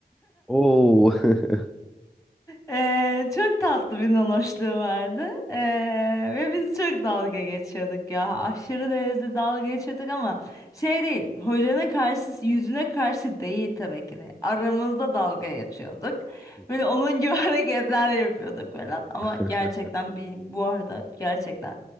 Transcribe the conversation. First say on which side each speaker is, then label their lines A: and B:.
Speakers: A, in the centre; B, on the left.
A: Oo. <laughs>
B: Ee, çok tatlı bir nanoşluğu vardı. Ee, ve biz çok dalga geçiyorduk ya. Aşırı derecede dalga geçiyorduk ama şey değil. Hocanın karşısı yüzüne karşı değil tabii ki de. Aramızda dalga geçiyorduk.
A: Hı hı.
B: Böyle onun gibi <laughs> hareketler yapıyorduk falan. Ama
A: <laughs>
B: gerçekten bir, bu arada gerçekten